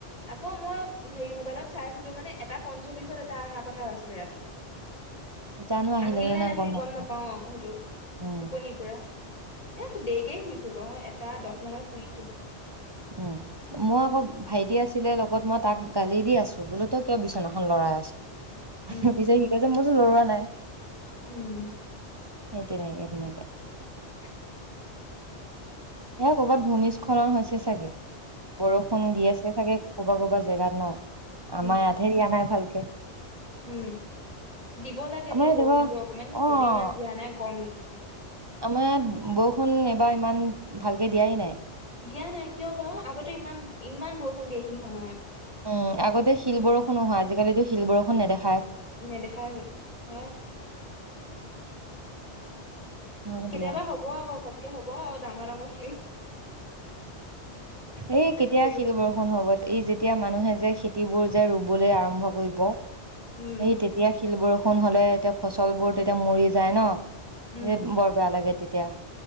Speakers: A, on the left; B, on the right.
A: আকৌ মই হেই মোবাইলত চাই আছিলো মানে এটা পঞ্চল্লিশত এটা অহা কথা আছিলে ৰাতি
B: জানো আহিলে
A: আহিল নে
B: নাই
A: নাহিল
B: নাপাওঁ
A: গম নাপাও অ সেইটো
B: উম
A: টোপনিৰ পৰা এ দেৰিকেই শুইছো বাও এটা দহ মানত শুইছোহে
B: উম মোৰ আকৌ ভাইটি আছিলে লগত মই তাক গালি দি আছো বোলো তই কিয় বিচনা খন ল'ৰাই আছ
A: উম
B: পিছত সি কৈ যে মইতো লৰোৱা নাই
A: উম
B: সেই তেনেকে তেনেকে
A: অ
B: হয়‌ কৰবাত ভূমিস্খলন হৈছে চাগে বৰষুণ দি আছে চাগে কবা কবা জেগাত ন আমাৰ
A: উম
B: ইয়াত হেৰিয়া নাই ভালকে তাকে
A: উম দিব লাগে
B: আমাৰ
A: দিয়া
B: ইয়াত
A: বৰষুণ
B: এইবাৰ
A: অকমান
B: অ
A: দুদিন মান দিয়া নাই গৰম লাগিছে
B: আমাৰ ইয়াত বৰষুণ এইবাৰ ইমান ভালকে দিয়াই নাই
A: দিয়া নাই কিয় বা আগতে ইমান ইমান বৰষুণ দিয়ে এইখিনি সময়ত
B: উম আগতে শিল বৰষুণো হয় আজিকালিতো শিল বৰষুণ নেদেখা
A: নেদেখাই হতো ম
B: হয়
A: কেতিয়াবা
B: দিয়া
A: হব আকৌ ঘপকে হ'ব হব ডাঙৰ ডাঙৰ শিল্
B: এই কেতিয়া
A: পৰিবহি
B: শিল বৰষুন হব এই যেতিয়া মানুহে যে খেতিবোৰ যে ৰুবলৈ আৰম্ভ কৰিব সেই
A: উম
B: তেতিয়া শিল ব বৰষুণ হলে এতিয়া ফচল বোৰ তেতিয়া মৰি যায় ন
A: উম
B: বৰ বেয়া লাগে তেতিয়া তেতিয়া